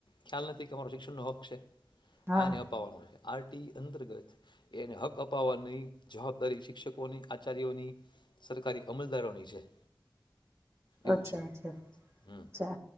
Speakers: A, on the left (about 85°); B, on the right (about 40°).
A: ખ્યાલ નથી કે મારો શિક્ષણનો હક છે.
B: હા
A: આ એને અપાવામાં મ આર ટી અંતર્ગત એને હક અપાવવાની જવાબદારી શિક્ષકોની આચાર્યોની સરકારી અમલદારોની છે. એવું
B: અચ્છા
A: છે
B: અચ્છા
A: હમ
B: ચા